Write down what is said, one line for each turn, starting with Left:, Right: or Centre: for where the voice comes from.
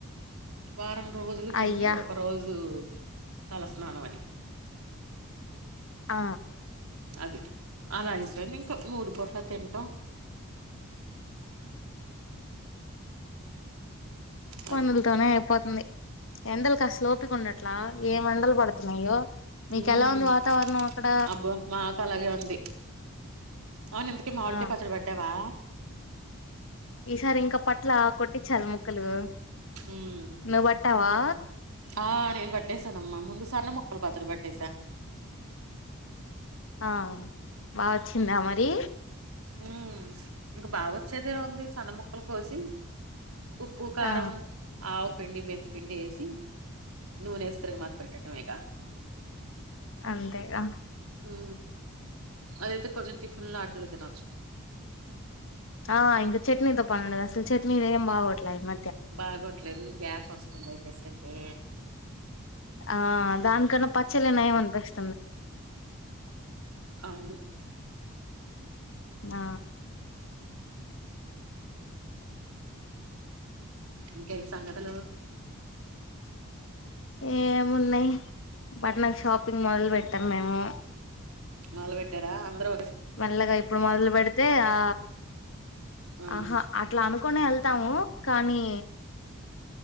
Right: వారం రోజులు తిండి
Left: అయ్యా
Right: ఒక రోజు తలస్నానం అని
Left: ఆ
Right: అది అలా అయిపోయింది ఇంక మూడు పూట్ల తింటాం.
Left: పనులతోనే
Right: అది
Left: అయిపోతుంది ఎండలు కసలు డట్లా ఏ ఎండలు పడుతున్నాయో మీకె
Right: ఉమ్
Left: ఎలా ఉంది వాతావరణం అక్కడ
Right: అబ్బో మాకు అలాగే ఉంది. అవును ఇంతకి మామిడికాయ్
Left: ఆ
Right: పచ్చడి పెట్టావా.
Left: ఈసారి ఇంకా పట్ల కొట్టిచ్చాలి ముక్కలు
Right: ఉమ్
Left: నువ్వు పట్టావా
Right: ఆ నేన్ పట్టేసానమ్మ ముందు సన్న ముక్కల్ పచ్చడి పట్టేసా
Left: ఆ బా వచ్చిందా మరి
Right: ఉ ఇంకా బాగ వచ్చేదే ఉంది సన్న మక్కలు కోసి ఉప్పు కారం
Left: ఆ
Right: ఆవు పిండి మెంతి పిండి వేసి నూనె ఎస్తరు గా మత్ పెట్టటంఎగ
Left: అంతేగా
Right: ఉ అదైతే కొంచెం టిఫిన్ ల ఆటలే తినచ్చ
Left: ఆ ఇంకా చట్నీతో పనిఉండదు. అసలు చట్నీ ఏం బావట్లే ఇమ
Right: బాగోట్లేదు గ్యాస్ వస్తుంది అయితే ఎటంటే
Left: ఆ దాని కన్నా పచ్చల నయం అనిపిస్
Right: అవును
Left: ఆ
Right: ఇంకేటీ సంగతులు
Left: ఏమున్నయి బట్నల షాపింగ్ మాల్ పెట్టము మేము
Right: మాల్బెట్టార అంద్రు
Left: మెల్లగా ఇప్పుడు మొదలు పెడితే ఆ
Right: ఆ
Left: ఆహా అట్లా అనుకునే వెళ్తాము కానీ